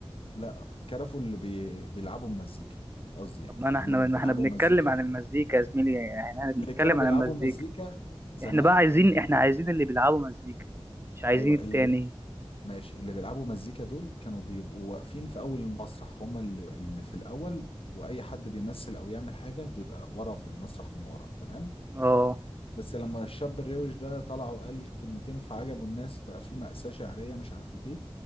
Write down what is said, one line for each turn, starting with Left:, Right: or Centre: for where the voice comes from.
Left: لا كرفوا اللي بي... بيلعبوا المزيكا قصدي يعني
Right: طب ما
Left: اللي
Right: أنا إحنا
Left: هم اللي
Right: ما
Left: بيلعبوا
Right: إحنا بنتكلم
Left: مزيكا
Right: عن المزيكا يا زميلي يعني إحنا بنتكلم
Left: اللي كانوا بيلعبوا
Right: عن المزيكا
Left: مزيكا زمان
Right: إحنا بقى عايزين
Left: أيام
Right: إحنا عايزين اللي بيلعبوا مزيكا مش عايزين
Left: ايوه
Right: التاني
Left: اللي بي... ماشي اللي بيلعبوا مزيكا دول كانوا بيبقوا واقفين في اول المسرح هم اللي, اللي في الاول واي حد بيمثل او يعمل حاجه بيبقى ورا في المسرح من ورا تمام
Right: آه
Left: بس لما الشاب الروش ده طلع وقال كلمتين فعجبوا الناس بقى في مأساة شعرية مش عارفة ايه